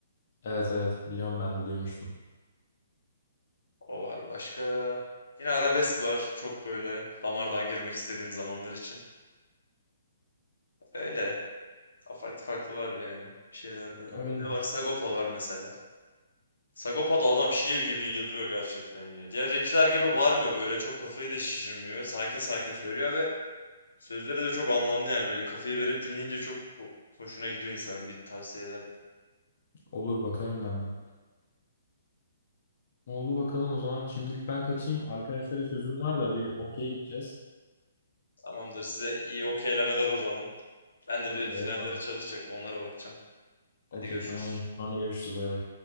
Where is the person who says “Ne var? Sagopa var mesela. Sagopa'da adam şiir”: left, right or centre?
Left